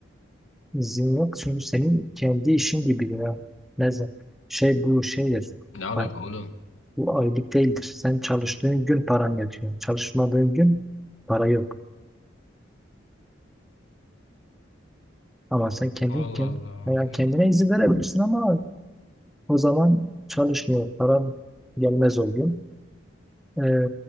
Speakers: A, in the centre; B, on the left.
A: İzin yok çünkü senin kendi işin gibidir ya. Ne zaman? Şey bu şeydir.
B: Ne alaka
A: Ay-
B: oğlum?
A: Bu aylık değildir. Sen çalıştığın gün paran yatıyor. Çalışmadığın gün para yok. Ama sen kendin,
B: Allah
A: kendin
B: Allah.
A: yani kendine izin verebilirsin ama o zaman çalışmıyor. Paran gelmez o gün. Ee,